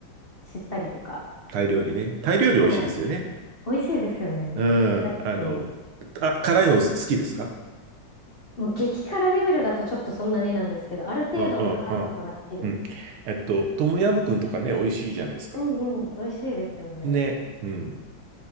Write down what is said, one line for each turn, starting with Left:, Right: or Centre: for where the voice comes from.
Left: 知ったりとか、
Right: タイ料理ね。タイ料理美味しいですよね。
Left: はい。美味しいですよね。やっ
Right: うん、あの、
Left: ぱり
Right: あ、辛いの好きですか
Left: もう激辛レベルだとちょっとそんなになんですけど、ある程度の辛さなら好きです。
Right: うん、うん、うん。うん。えっと、トムヤムクンとかね、美味しいじゃないですか。
Left: うんうん、美味しいですよね。
Right: ね。うん。